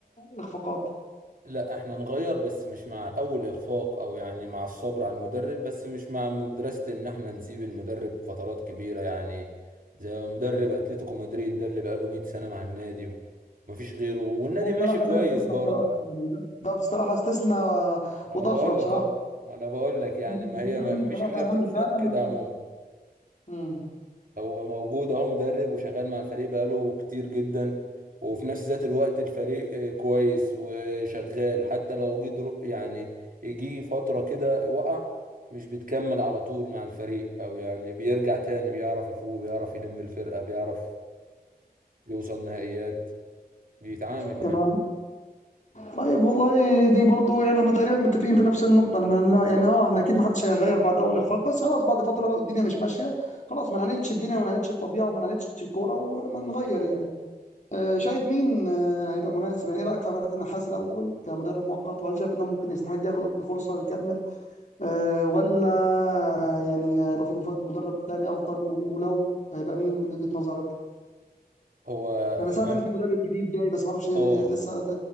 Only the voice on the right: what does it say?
لا احنا نغير بس مش مع اول اخفاق او يعني مع الصبر على المدرب بس مش مع مدرسة ان احنا نسيب المدرب فترات كبيرة يعني زي مدرب اتلتيكو مدريد ده اللي بقاله 100 سنة مع النادي ومفيش غيره والنادي
ماشي كويس
برضه
ما
انا بقول
لك اه ما انا بقول لك يعني
ما
هي ما- مفيش
حاجة بتتساب
كده
عموما
هو موجود اهو مدرب وشغال مع الفريق بقاله كتير جدا وفي نفس ذات الوقت الفريق آه، كويس وشغال وحتى لو جه درو- يعني يجي فترة كده وقع مش بيتكمل على طول مع الفريق او يعني بيرجع تاني بيعرف يفوق بيعرف يلم الفرقة بيعرف يوصل نهائيات بيتعامل
يعني
هو اه
آه،
آه،